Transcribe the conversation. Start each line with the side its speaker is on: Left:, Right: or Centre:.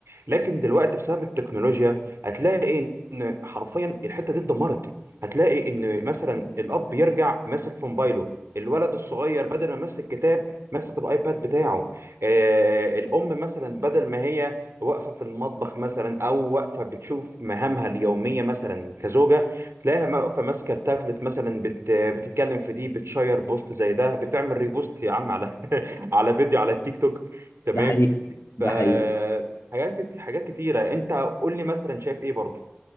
Right: لكن دلوقتي بسبب التكنولوجيا هتلاقي إن حرفيا الحتة دي اتدمرت هتلاقي إن مثلا الأب يرجع ماسك في موبايله الولد الصغير بدل ما ماسك كتاب ماسك الايباد بتاعه آه الام مثلا بدل ما هي واقفه في المطبخ مثلا او واقفه بتشوف مهامها اليوميه مثلا كزوجه تلاقيها واقفه ماسكه التابلت مثلا بت... بتتكلم في دي بتشير بوست زي ده بتعمل ريبوست يا عم على <laughs> على فيديو على التيك توك تمام
Left: ده حقيقي ده
Right: ف
Left: حقيقي
Right: حاجات كت- حاجات كتيره انت قول لي مثلا شايف ايه برضه